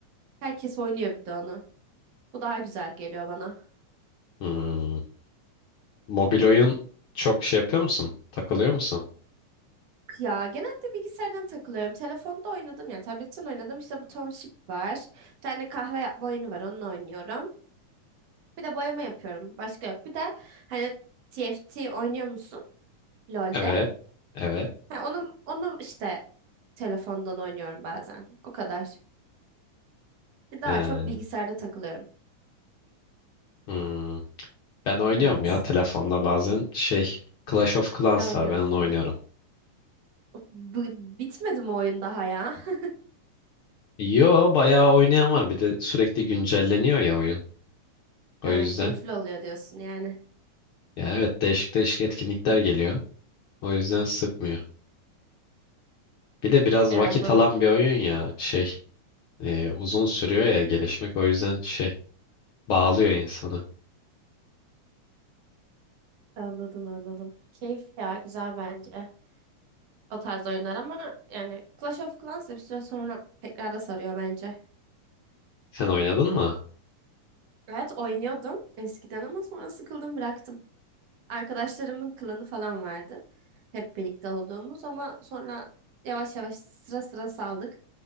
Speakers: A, on the right; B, on the left.
A: Herkes oynuyor bir de onu. Bu daha güzel geliyor bana.
B: Hmm. Mobil oyun çok şey yapıyor musun? Takılıyor musun?
A: Ya genelde bilgisayardan takılıyorum. Telefonda oynadım ya. Tabletten oynadım. İşte bu Township var. Bir tane kahve yapma oyunu var. Onunla oynuyorum. Bir de boyama yapıyorum. Başka yok. Bir de hani TFT oynuyor musun? LoL'de.
B: Evet. Evet.
A: Ha, onun, onu işte telefondan oynuyorum bazen. O kadar. Daha
B: Ee,
A: çok bilgisayarda takılıyorum.
B: hmm. Ben oynuyorum
A: Evet.
B: ya telefonda bazen şey Clash of Clans
A: Ne oynuyorsun?
B: var ben onu oynuyorum.
A: Bak. O- Bu- bitmedi mi oyun daha ya? <laughs>
B: Yo bayağı oynayan var bir de sürekli güncelleniyor ya oyun. O
A: Ha,
B: yüzden.
A: keyifli oluyor diyorsun yani.
B: Ya evet değişik değişik etkinlikler geliyor. O yüzden sıkmıyor. Bir de biraz
A: E
B: vakit
A: anladım.
B: alan bir oyun ya şey e, uzun sürüyor ya gelişmek o yüzden şey bağlıyor insanı.
A: Anladım anladım. Keyif ya güzel bence. O tarz oyunlar ama yani Clash of Clans da bir süre sonra tekrar da sarıyor bence.
B: Sen oynadın mı?
A: Evet oynuyordum eskiden ama sonra sıkıldım bıraktım. Arkadaşlarımın klanı falan vardı. Hep birlikte olduğumuz ama sonra yavaş yavaş sıra sıra saldık.